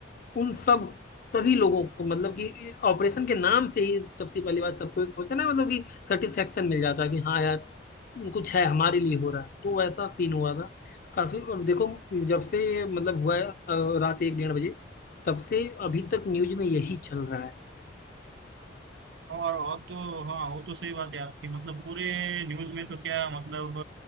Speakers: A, on the left (about 50°); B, on the right (about 65°).
A: उन सब सभी लोगों को मतलब कि ऑपरेशन के नाम से ही सबसे पहली बात सबको एक होता है ना मतलब कि सेटिस्फेक्शन मिल जाता है कि हाँ यार कुछ है हमारे लिए हो रहा है तो ऐसा सीन हुआ था काफी अब देखो जब से ये मतलब हुआ है अ, रात एक डेढ़ बजे तब से अभी तक न्यूज में यही चल रहा है
B: और और तो हाँ वो तो सही बात है आपकी मतलब पूरे न्यूज में तो क्या मतलब